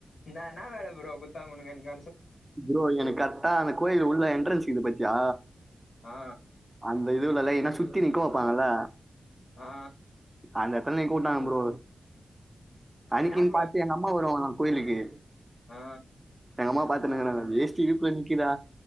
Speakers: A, on the left; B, on the right.
A: இன்னா இன்னா வேல ப்ரோ குட்தாங்க ஒனக்கு அன்னிக்கி
B: ப்ரோ எனக் கர்ட்டா அந்த கோய்லு உள்ள என்ட்ரன்ஸ் இக்குது பாத்தியா
A: ஆ
B: அந் த இதுவு நல்லை என்ன சுத்தி நிக்கொ வொப்பாங்கல்ல
A: ஆ
B: அந்த எட்த்ல நிக்க உட்டாங்க ப்ரோ அன்னிக்கின்
A: என்னா ப்ரோ
B: பாத்து எங்க அம்மா வருவாங்களா கோயிலுக்கு
A: ஆ
B: எங்கம்மா பாத்துனுருக்குறாங்க வேஸ்டி இடுப்ல நிக்கிதா